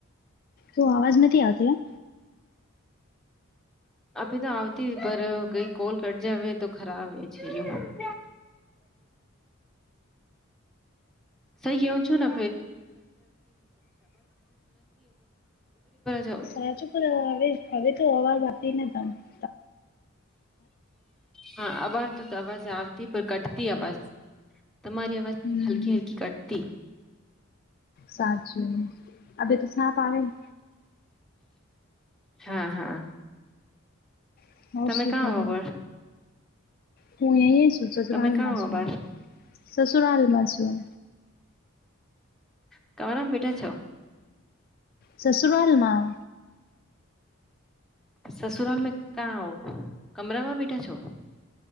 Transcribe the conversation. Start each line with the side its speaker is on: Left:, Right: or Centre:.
Left: શું અવાજ નથી આવતો? એમ.
Centre: <unintelligible> સઈ કેવું છું ને <unintelligible> <unintelligible>
Left: સાચું <unintelligible>
Centre: હા, આવતી પણ કટતી અવાજ. <inaudible> તમારી અવાજ
Left: હમ
Centre: હલકી હલકી કટતી. <inaudible>
Left: સાચું છે.
Centre: હા હા.
Left: ને
Centre: તમે
Left: ઓર શું
Centre: કા
Left: કરો
Centre: આવો પર
Left: હું એ છું સસુરાલ
Centre: તમે કાં
Left: મા
Centre: હો
Left: છું
Centre: અબાર
Left: સસુરાલ માસું
Centre: <unintelligible> બેઠા છો
Left: સસુરોલ માં
Centre: સસુરાલ મે કાં <inaudible> કમરામાં બેઠા છો